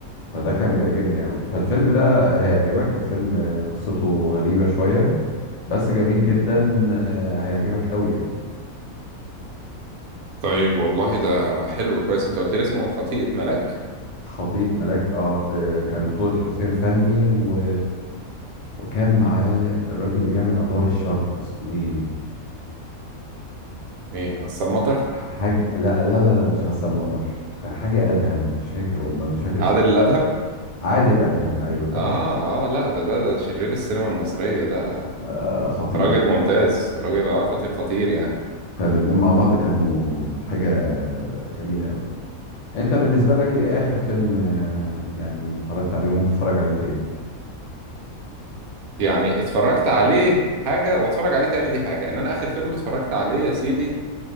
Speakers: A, on the left; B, on the right.
A: فده كان بيعجبني قوي فالفيلم ده هيعجبك الفيلم قصته غريبة شوية بس جميل جدا آه، هيعجبك قوي يعني
B: طيب والله ده حلو كويس انت قلت لي اسمه خطيئة ملاك
A: خطيب ملاك اه آه، كان بطولة حسين فهمي و... وكان معاه الراجل اللي بيعمل أدوار الشر اسمه ايه
B: ايه غسان مطر
A: حاجة لا لا لا, لا مش غسان مطر حاجة أدهم مش فاكر والله مش فاكر
B: عادل
A: اسمه
B: الادهم
A: ايه عادل أدهم أيوه تمام
B: اه اه لا ده ده ده شرير السينما المصرية ده
A: آه خطير
B: راجل ممتاز راجل اه خطير خطير يعني
A: فالاتنين مع بعض كانوا حاجة جميلة قوي انت بالنسبه لك ايه اخر فيلم آه، يعني اتفرجت عليه وممكن تتفرج عليه تاني
B: يعني اتفرجت عليه حاجة واتفرج عليه تاني دي حاجة ان انا اخر فيلم اتفرجت عليه يا سيدي